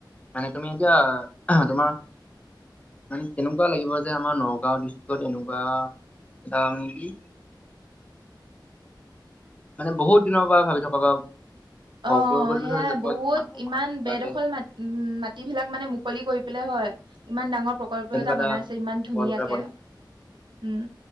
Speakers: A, on the left; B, on the right.
A: মানে তুমি এতিয়া তোমাৰ মানে কেনেকুৱা লাগিব যে আমাৰ নগাঁও ডিষ্ট্ৰিক্ট এনেকুৱা এটা মানে কি মানে বহুত দিনৰ পৰা ভালকে থকা বা
B: অ'
A: পৰিকল্পিত
B: সেয়াই
A: যেনেকুৱা
B: বহুত
A: মানুহৰ
B: ইমান
A: মনত থকা
B: বেডখল
A: যে
B: ম উ মাটি বিলাক মানে মুকলি কৰি হয় ইমান ডাঙৰ প্ৰকল্প
A: তেনেকুৱা
B: এটা বনাইছে ইমান ধুনীয়াকে
A: এটা বনাইছে
B: উম